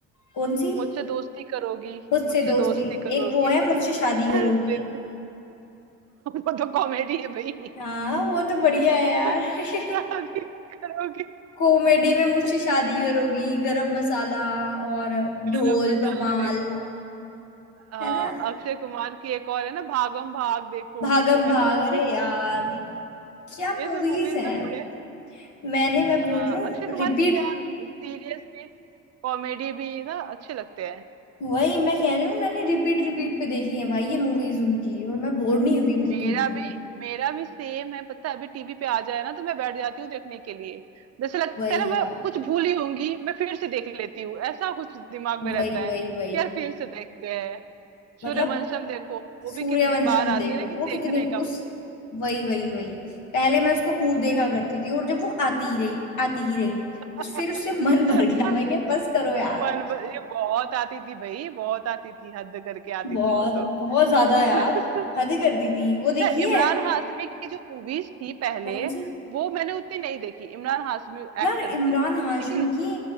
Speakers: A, on the left; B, on the right.
A: कौन सी
B: मुझसे दोस्ती करोगी
A: मुझसे
B: मुझसे
A: दोस्ती
B: दोस्ती करोगी
A: एक वो है मुझसे शादी करोगी
B: अरे वो तो कॉमेडी है भाई
A: हाँ वो तो बढ़िया है यार
B: मुझसे
A: <laughs>
B: शादी करोगी
A: कॉमेडी में मुझसे शादी
B: ये
A: करोगी गरम मसाला और ढोल
B: गरम मसाला
A: धमाल
B: देखो आ,
A: है ना
B: अक्षय कुमार की एक और है ना भागम भाग देखो
A: भागम
B: वो है
A: भाग
B: ना वो
A: अरे
B: भी
A: यार क्या
B: ये
A: मूवीज
B: सब मूवीज
A: हैं
B: ना बड़े
A: मैंने मैं बोल
B: आ,
A: रही हूँ
B: अक्षय कुमार
A: रिपीट
B: की तो यार सीरियस भी कॉमेडी भी ना अच्छे लगते हैं
A: वही मैं कह रही हूँ मैंने रिपीट रिपीट पे देखी है भाई ये मूवीज उनकी और मैं बोर नहीं हुई बिल्कुल
B: मेरा
A: भी
B: भी मेरा भी सेम है पता है अभी टीवी पे आ जाए ना तो मैं बैठ जाती हूँ देखने के लिए जैसे लगता
A: वही
B: है ना
A: यार
B: मैं कुछ भूली होंगी मैं फिर से देख लेती हूँ ऐसा कुछ दिमाग में
A: वही
B: रहता है
A: वही
B: कि
A: वही
B: यार फिर से देखते हैं सूर्यवंशम
A: मतलब
B: देखो वो
A: सूर्यवंशम
B: भी कितनी बार आती
A: देखो
B: है लेकिन
A: वो कितनी
B: देखने का
A: उस वही वही वही पहले मैं उसको खूब
B: लेकिन
A: देखा करती थी और जब वो आती ही रही आती ही रही
B: <laughs>
A: बस फिर उससे मन भर गया मैं क्या बस करो यार
B: मन ये बहुत आती थी भाई बहुत आती थी हद करके आती
A: बहुत
B: थी वो तो
A: बहुत ज्यादा यार
B: <laughs>
A: हद कर दी थी वो
B: अच्छा
A: देखी
B: इमरान
A: है
B: हाशमी की जो मूवीज थी पहले
A: कौन सी
B: वो मैंने उतनी नहीं देखी इमरान हाशमी
A: यार
B: एक्टर की
A: इमरान हाशमी
B: लेकिन
A: की